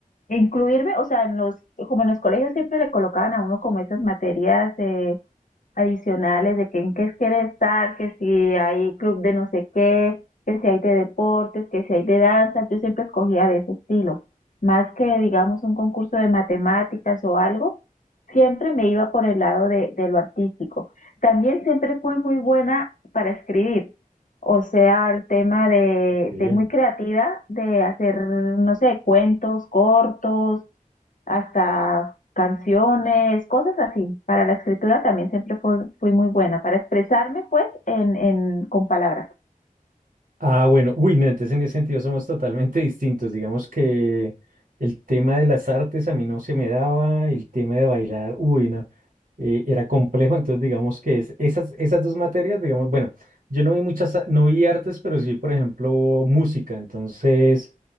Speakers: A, on the left; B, on the right.
A: incluirme, o sea, en los, como en los colegios siempre le colocaban a uno como esas materias adicionales de que en qué quieres estar, que si hay club de no sé qué, que si hay de deportes, que si hay de danza, yo siempre escogía de ese estilo. Más que, digamos, un concurso de matemáticas o algo, siempre me iba por el lado de, de lo artístico. También siempre fue muy buena para escribir, o sea, el tema de,
B: Bien.
A: de muy creativa, de hacer, no sé, cuentos cortos, hasta canciones, cosas así. Para la escritura también siempre fui, fui muy buena, para expresarme pues en, en, con palabras.
B: Ah, bueno, uy, no, entonces en ese sentido somos totalmente <laughs> distintos. Digamos que el tema de las artes a mí no se me daba, el tema de bailar, uy, no, eh, era complejo. Entonces, digamos que es, esas, esas dos materias, digamos, bueno, yo no vi muchas, a- no vi artes, pero sí, por ejemplo, música. Entonces,